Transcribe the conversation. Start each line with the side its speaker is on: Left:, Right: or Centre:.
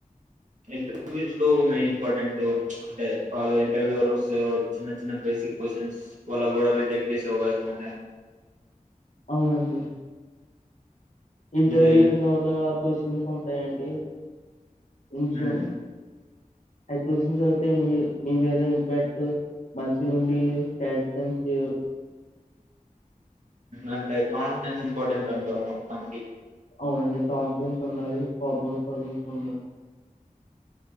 Right: ఇంటర్వ్యూస్ లో మెయిన్ ఇంపార్టెంట్ అంటే వాళ్ళ ఇంటర్వ్యూ చిన్న చిన్న ప్లే సిన్ వా గోడ రిజెక్ట్ జసే అవకాశం ఉన్నయ
Left: అవునండి ఇంటర్వ్యూ
Right: అంటే
Left: అయిపోయిన తర్వాత తోసిన్ఫాయిండి ఉంచం
Right: హ్మ్.
Left: అయికోశనయితే మీ మీ మీద ఇంపాక్ట్ మంచి ఉండి శం చేయ
Right: అంటే కాన్ఫిడెన్స్ ఇంపార్టెంట్ అంటారు మొత్తానికి
Left: అవునండి కాౌన్ఫడెన్స్ ఉండాలి ప్రాబ్లమ్ సల్న్స్ ఉండాలి